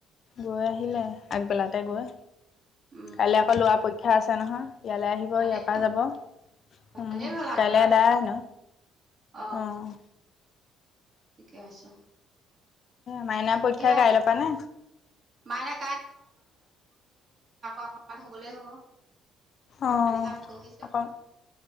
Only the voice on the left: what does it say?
গৈ আহিলে আগবেলাতে গৈ
কাইলৈ আকৌ লৰা পৰীক্ষা আছে নহয়। ইয়ালৈ আহিব ইয়াৰ
পৰা
যাব, উম
তলেদনো
অম
মাইনা
পৰীক্ষা কাই লপা নে?
অ'
অক
অ'